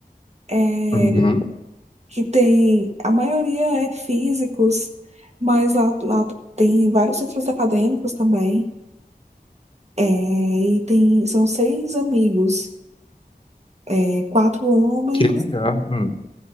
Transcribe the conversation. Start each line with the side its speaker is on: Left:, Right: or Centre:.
Right: É,
Left: uhum.
Right: que tem, a maioria é físicos, mas lá, lá tem vários centros acadêmicos também. É, e tem, são seis amigos, é, quatro homens
Left: Que legal. Hum.